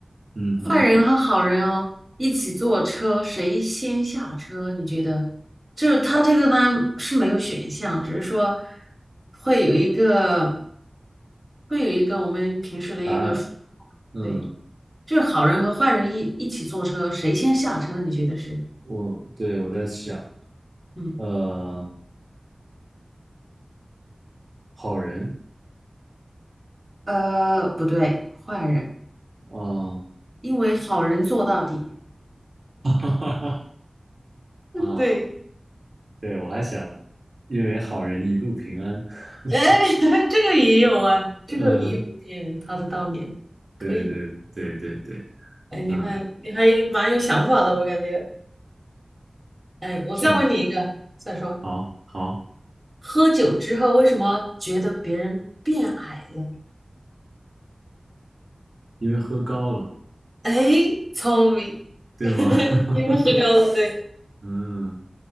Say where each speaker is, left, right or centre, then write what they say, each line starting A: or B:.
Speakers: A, on the right; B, on the right.
A: 嗯哼，
B: 坏人和好人哦，一起坐车，谁先下车？你觉得？就是他这个呢是没有选项，只是说会有一个会有一个我们平时的一个说
A: 答案，嗯，
B: 对，就是好人和坏人一一起坐车，谁先下车？你觉得是？
A: 我对我在想，
B: 嗯，
A: 呃，好人，
B: 呃，不对，坏人，
A: 啊，
B: 因为好人做到底。
A: <laughs> 哈哈哈
B: <laughs>
A: 啊，
B: 对。
A: 对我还想，因为好人一路平安。<laughs>
B: 哎，<laughs> 这个也有啊，这个也有一点他的道理，
A: 嗯，
B: 可以。
A: 对对对对对，
B: 哎，你还你还蛮有想法的，
A: 嗯，
B: 我感觉。哎，我再问你一个，
A: 是啊，
B: 再说，
A: 好好，
B: 喝酒之后为什么觉得别人变矮了？
A: 因为喝高了，
B: 哎，聪明，
A: 对吗？
B: <laughs>
A: <laughs>
B: 因为喝高了，对，
A: 嗯，